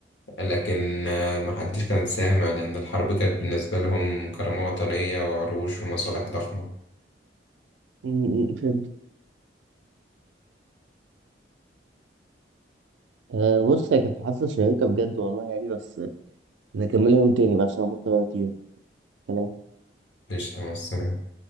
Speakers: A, on the left; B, on the right.
A: لكن آه، محدش كان سامع لأن الحرب كانت بالنسبة لهم كرامة وطنية وعروش ومصالح ضخمة
B: م- م- فهمت آه بص هي كانت محادثه شيقه بجد والله يعني بس نكملها يوم تاني بقى عشان أنا مضطر اطير سلام.
A: قشطة مع السلامة